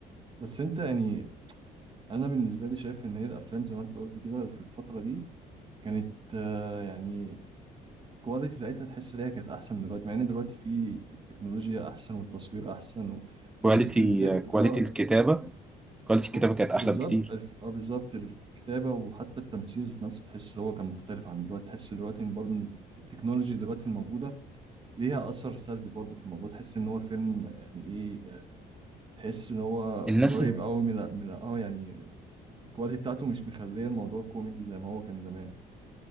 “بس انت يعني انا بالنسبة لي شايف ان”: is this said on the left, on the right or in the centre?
Right